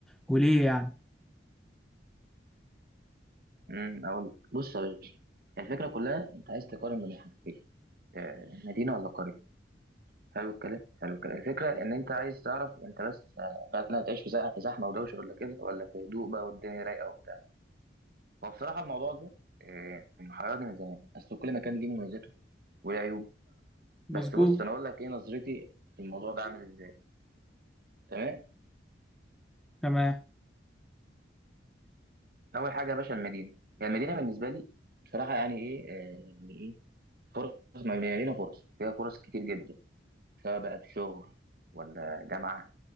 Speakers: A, in the centre; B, on the right.
A: وليه يعني
B: امم اقول لك. بص يا باشا الفكره كلها انت عايز تقارن بين حاجتين آه، مدينه ولا قريه حلو الكلام حلو الكلام الفكره ان انت عايز تعرف انت بس آه، هل هتعيش في زق- في زحمه ودوشه ولا كده ولا في هدوء بقى والدنيا رايقه وبتاع وبصراحه الموضوع ده آه، محيرني من زمان بس كل مكان ليه مميزاته وليه عيوبه
A: مظبوط
B: بس بص انا اقول لك ايه نظرتي في الموضوع ده عامل ازاي تمام
A: تمام
B: اول حاجه يا باشا المدينه يعني المدينه بالنسبه لي بصراحه يعني ايه آه، يعني ايه فرص مبنية لينا فرص فيها فرص كتير جدا سواء بقى في شغل ولا جامعة